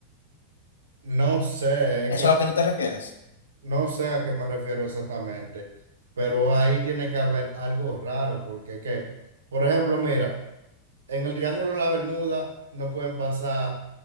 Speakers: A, on the right; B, on the left.
A: No sé, es
B: ¿Eso
A: que
B: es a lo que tú te refieres?
A: no sé a qué me refiero exactamente, pero ahí tiene que haber algo raro porque es que, por ejemplo, mira. En el Triángulo de la Bermuda no pueden pasar